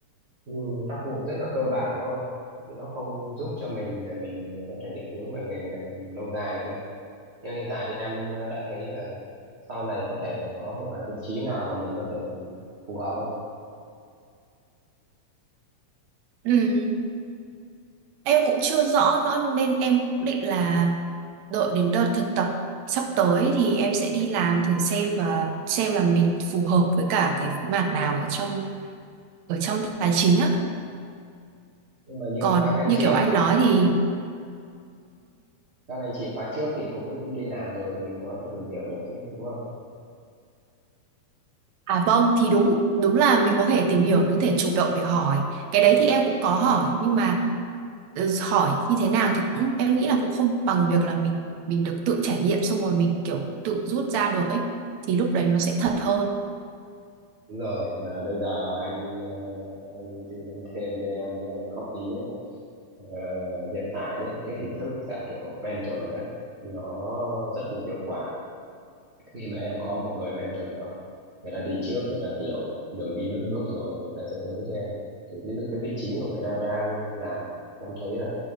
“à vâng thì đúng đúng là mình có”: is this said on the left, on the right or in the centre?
Right